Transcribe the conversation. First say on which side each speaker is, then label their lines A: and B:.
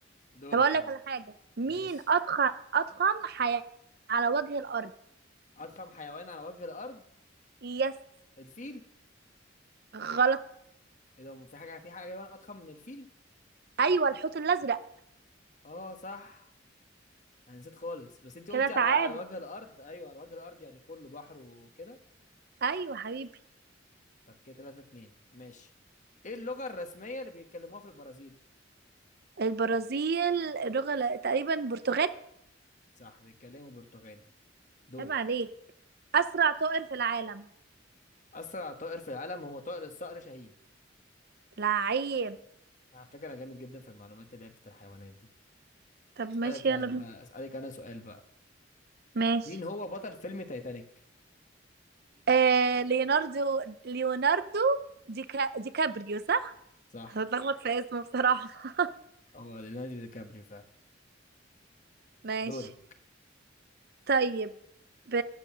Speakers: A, on the left (about 40°); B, on the right (about 55°).
A: دورك
B: طب اقول
A: يلا
B: لك على حاجه مين
A: ماشي
B: اضخم اضخم حيوان على وجه الارض
A: اضخم حيوان على وجه الارض
B: يس
A: الفيل
B: غلط
A: إيه ده في حاجه في حاجه حيوان اضخم من الفيل
B: ايوه الحوت الازرق
A: اه صح انا نسيت خالص بس انت
B: كده
A: قلتي
B: تعادل
A: على على وجه الارض ايوه على وجه الارض يعني كله بحر وكده
B: ايوه حبيبي
A: طب كده 3 2 ماشي ايه اللغة الرسمية اللي بيتكلموها في البرازيل؟
B: البرازيل اللغة ل- تقريبا برتغال
A: صح بيتكلموا برتغالي دورك
B: عيب عليك أسرع طائر في العالم
A: أسرع طائر في العالم هو طائر الصقر شاهين
B: لعيب
A: على فكرة أنا جامد جدا في المعلومات اللي هي بتاعت الحيوانات دي
B: طب ماشي
A: أسألك أنا
B: يلا بينا
A: بقى أسألك أنا سؤال بقى
B: ماشي
A: مين هو بطل فيلم تايتانيك؟
B: آه ليوناردو ليوناردو دي, كا... دي كابريو صح؟
A: صح
B: هتلخبط في اسمه بصراحة
A: هو ليوناردو دي كابريو فعلا
B: ماشي
A: دورك
B: طيب ب...